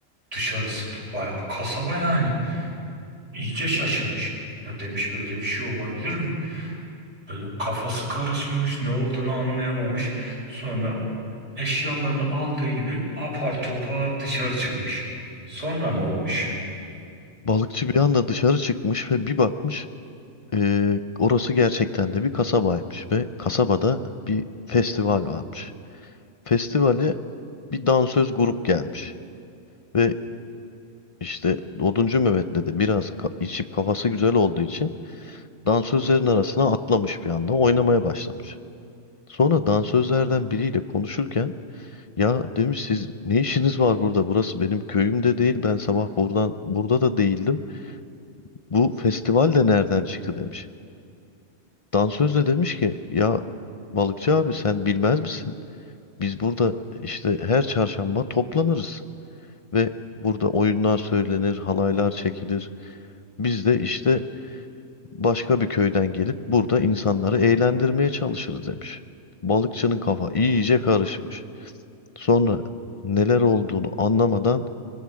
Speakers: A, on the right; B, on the left.
A: dışarısı bayağı kasaba yani. İyice şaşırmış. Ya demiş böyle bir şey olabilir mi? Böyle kafası karışmış, ne olduğunu anlayamamış. Sonra eşyalarını aldığı gibi apar topar dışarı çıkmış. Sonra ne olmuş?
B: Balıkçı bir anda dışarı çıkmış ve bir bakmış eee, orası gerçekten de bir kasabaymış ve kasabada bir festival varmış. Festivale bir dansöz grup gelmiş ve işte Oduncu Mehmet de biraz ka- içip kafası güzel olduğu için dansözlerin arasına atlamış bir anda oynamaya başlamış. Sonra dansözlerden biriyle konuşurken Ya demiş siz ne işiniz var burada? Burası benim köyüm de değil. Ben sabah buradan burada da değildim. Bu festival de nereden çıktı demiş. Dansöz de demiş ki ya balıkçı abi sen bilmez misin? Biz burada işte her çarşamba toplanırız ve burada oyunlar söylenir, halaylar çekilir. Biz de işte başka bir köyden gelip burada insanları eğlendirmeye çalışırız demiş. Balıkçının kafa iyice karışmış. Sonra neler olduğunu anlamadan